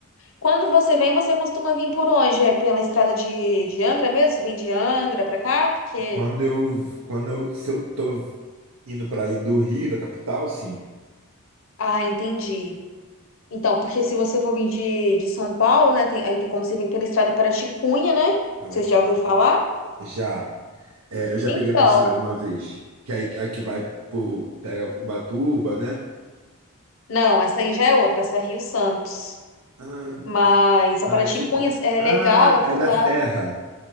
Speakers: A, on the left; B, on the right.
A: Quando você vem, você costuma vir por onde? É pela estrada de, de Angra mesmo? Você vem de Angra pra cá? Porque.
B: Quando eu, quando eu, se eu tô indo para aí do Rio, da capital, sim.
A: Ah, entendi. Então, porque se você for vir de, de São Paulo, né? tem- aí tem como você vir pela estrada Paraticunha, né?
B: Paraty.
A: Você já ouviu falar?
B: Já. É, eu já
A: Então,
B: peguei essa estrada uma vez. Que aí a que vai pro, pega Ubatuba, né?
A: não, essa aí já é outra, essa é Rio Santos.
B: Ah,
A: Mas
B: Paraty.
A: a Paraticunha
B: cu-
A: é
B: Ah,
A: legal
B: é
A: que
B: da
A: lá.
B: Serra.